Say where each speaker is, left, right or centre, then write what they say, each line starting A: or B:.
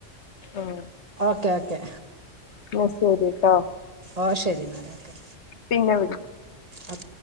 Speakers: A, on the left; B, on the right.
A: ആഹ്
B: ഓക്കെ ഓക്കെ
A: ന്നാ ശരി ട്ടോ
B: ഓ ശരി ന്നാല് ഓക്കെ
A: പിന്നെ വി
B: ഓക്കെ